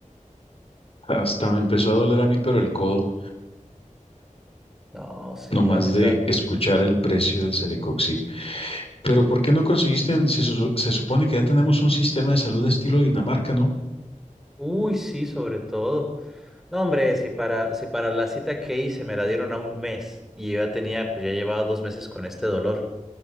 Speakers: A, on the left; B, in the centre.
A: hasta me empezó a doler a mí, pero el codo.
B: No, sí,
A: Nomás
B: la neta.
A: de escuchar el precio del Celecoxib. Pero ¿por qué no conseguiste? el- Se, su- se supone que ya tenemos un sistema de salud estilo Dinamarca, ¿no?
B: Uy, sí, sobre todo. No, hombre, si para, si para la cita que hice me la dieron a un mes y yo ya tenía, pues ya llevaba dos meses con este dolor.